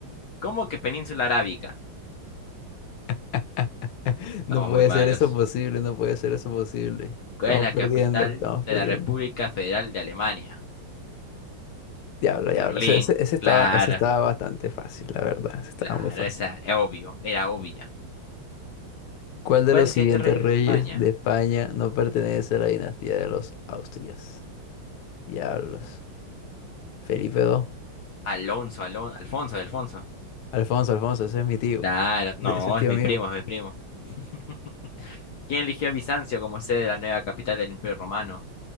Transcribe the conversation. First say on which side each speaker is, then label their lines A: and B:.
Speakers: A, on the left; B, on the left.
A: ¿Cómo que Península Arábica?
B: <laughs> No
A: Estamos
B: puede
A: muy malos.
B: ser eso posible, no puede ser eso posible.
A: ¿Cuál
B: Estamos
A: es la
B: perdiendo,
A: capital
B: estamos
A: de
B: perdiendo.
A: la República Federal de Alemania?
B: Diablo, diablo.
A: Berlín.
B: Ese, ese- ese estaba,
A: Claro,
B: ese estaba bastante fácil, la verdad. Ese estaba
A: claro,
B: muy fácil.
A: esa es obvio, era obvia.
B: ¿Cuál de
A: ¿Cuál
B: los
A: es el
B: siguientes
A: siguiente rey
B: reyes
A: de España?
B: de España no pertenece a la dinastía de los Austrias? Diablos. Felipe II.
A: Alonso, Alonso, Alfonso, Alfonso.
B: Alfonso, Alfonso, ese es mi tío.
A: Claro, no,
B: Ese, ese es tío
A: es mi
B: mío.
A: primo, es mi primo. <laughs> ¿Quién eligió a Bizancio como sede de la nueva capital del Imperio Romano?